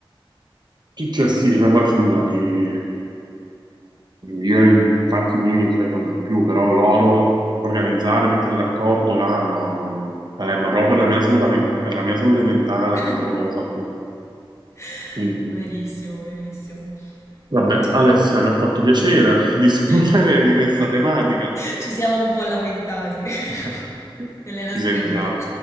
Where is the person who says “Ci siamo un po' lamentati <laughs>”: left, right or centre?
Left